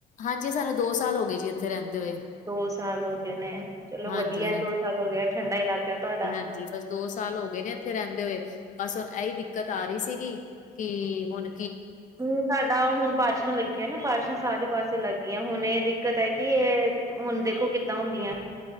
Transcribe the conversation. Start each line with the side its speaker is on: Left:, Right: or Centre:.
Left: ਹਾਂਜੀ ਸਾਨੂੰ ਦੋ ਸਾਲ ਹੋ ਗਏ ਜੀ ਇੱਥੇ ਰਹਿੰਦੇ ਹੋਏ
Right: ਦੋ ਸਾਲ ਹੋ ਗਏ ਨੇ, ਜ। ਚਲੋ
Left: ਹਾਂਜੀ-ਹਾਂਜੀ,
Right: ਵਧੀਆ ਐ ਦੋ ਸਾਲ ਹੋ ਗਿਆ ਠੰਡਾ ਇਲਾਕਾ ਤੁਹਾਡਾ।
Left: ਹਾਂਜੀ ਬਸ ਦੋ ਸਾਲ ਹੋ ਗਏ ਨੇ। ਥੇ ਰੇਂਦੇ ਹੋਏ ਬਸ ਹੁਨ ਐਈ ਦਿੱਕਤ ਆ ਰੀ ਸੀਗੀ ਕਿ ਹੁਨ।
Right: <unintelligible> ਨਾ ਹੁਨ ਬਾਰਿਸ਼ਾਂ ਲੱਗੀਆਂ ਨਾ ਬਾਰਿਸ਼ਾਂ ਸਾਰੇ ਪਾਸੇ ਲੱਗ ਗਈਆਂ ਹੁਨ ਇਹ ਦਿੱਕਤ ਐ ਕਿ ਇਹ ਹੁਣ ਦੇਖੋ ਕਿੱਦਾਂ ਹੁੰਦੀਆਂ।